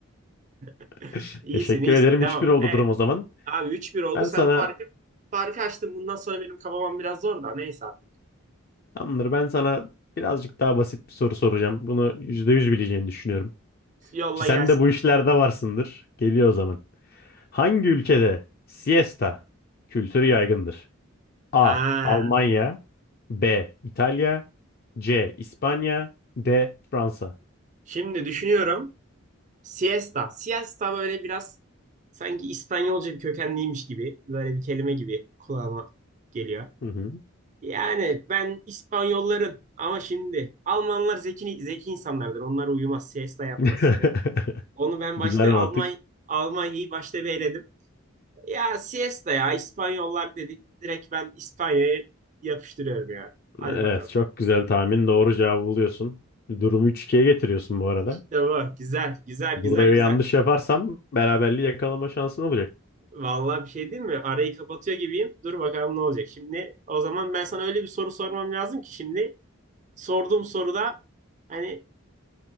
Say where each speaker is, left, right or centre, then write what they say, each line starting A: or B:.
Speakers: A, on the right; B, on the left.
A: <laughs>
B: <laughs>
A: İyisin
B: Teşekkür
A: iyisin.
B: ederim.
A: Devam.
B: 3-1 oldu
A: Evet
B: durum o zaman.
A: abi üç bir oldu.
B: Ben
A: Sen
B: sana
A: farkı farkı açtın. Bundan sonra benim kafamam biraz zor da. Neyse artık.
B: Tamamdır. Ben sana birazcık daha basit bir soru soracağım. Bunu %100 bileceğini düşünüyorum.
A: Yolla
B: Ki sen
A: gelsin
B: de bu
A: abi.
B: işlerde varsındır. Geliyor o zaman. Hangi ülkede siesta kültürü yaygındır? A.
A: Ha.
B: Almanya B. İtalya C. İspanya D. Fransa
A: Şimdi düşünüyorum. Siesta. Siesta böyle biraz sanki İspanyolca bir kökenliymiş gibi. Böyle bir kelime gibi kulağıma geliyor.
B: Hı hı.
A: Yani ben İspanyolların ama şimdi Almanlar zeki zeki insanlardır. Onlar uyumaz, siesta yapmaz.
B: <laughs>
A: Onu ben
B: Güzel
A: başta
B: mantık.
A: Almanya Almanya'yı başta bir eledim. Ya siesta ya İspanyollar dedik. Direkt ben İspanya'ya yapıştırıyorum ya. Hadi
B: Evet,
A: bakalım.
B: çok güzel tahmin. Doğru cevabı buluyorsun. Durumu üç 2ye getiriyorsun bu arada.
A: İşte bu. Güzel, güzel,
B: Burada
A: güzel,
B: yanlış
A: güzel.
B: yaparsam beraberliği yakalama şansın olacak.
A: Vallahi bir şey değil mi? Arayı kapatıyor gibiyim. Dur bakalım ne olacak. Şimdi o zaman ben sana öyle bir soru sormam lazım ki şimdi sorduğum soruda hani